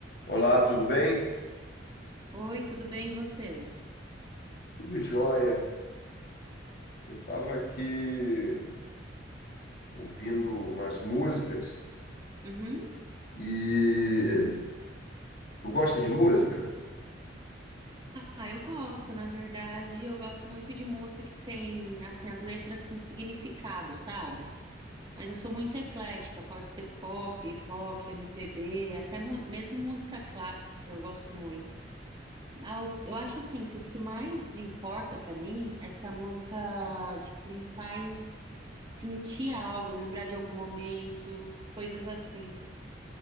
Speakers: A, on the left (about 60°); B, on the right (about 25°).
A: Olá, tudo bem?
B: Oi, tudo bem, e você?
A: Tudo jóia. Eu estava aqui ouvindo umas músicas
B: Uhum.
A: e tu gosta de música?
B: Ah, eu gosto, na verdade, eu gosto muito de música que tem, assim, as letras com significado, sabe? Mas eu sou muito eclética, pode ser pop, rock, MPB, até mu- mesmo música clássica, eu gosto muito. Ah, Eu eu acho, assim, que o que mais importa pra mim é se a música, tipo, me faz sentir algo, lembrar de algum momento, coisas assim.